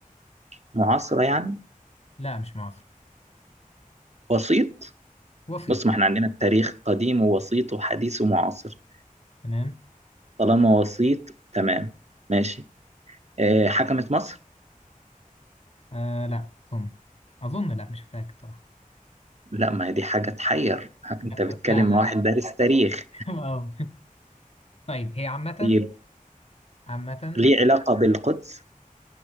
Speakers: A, on the right; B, on the left.
A: معاصرة يعني
B: لا مش معاصره
A: وسيط
B: وسيط
A: بص ما احنا عندنا التاريخ قديم ووسيط وحديث ومعاصر
B: تمام
A: طالما وسيط تمام ماشي آه حكمت مصر
B: آه لا اظن اظن لا مش متاكد صراحه
A: لا ما هي دي حاجة تحير <laughs>
B: لا
A: انت بتتكلم
B: لا لا
A: مع واحد
B: لا
A: دارس تاريخ
B: <laughs> اه طيب هي عامه
A: طيب
B: عامه
A: ليه علاقة بالقدس